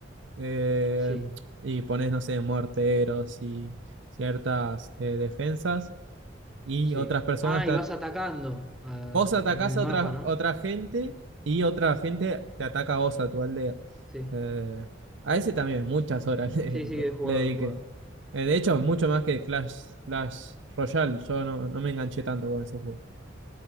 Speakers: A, on the right; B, in the centre.
A: eh,
B: Sí,
A: y ponés, no sé, morteros y ciertas eh, defensas y
B: sí.
A: otras personas
B: Ah,
A: ta-
B: y vas atacando ah,
A: Vos atacás
B: en el
A: a
B: mapa,
A: otra,
B: ¿no?
A: otra gente y otra gente te ataca a vos, a tu aldea.
B: Sí,
A: Eh, a ese también muchas horas <laughs> le,
B: sí, sí,
A: le-
B: he jugado,
A: le dediqué.
B: he jugado.
A: Eh, de hecho, mucho más que Clash, Clash Royale. Yo no, no me enganché tanto con ese juego.